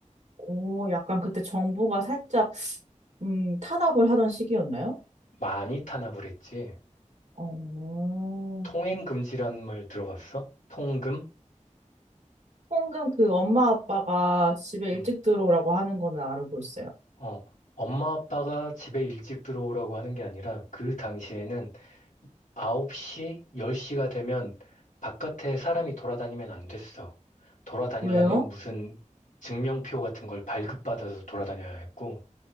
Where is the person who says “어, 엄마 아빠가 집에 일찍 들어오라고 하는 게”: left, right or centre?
Left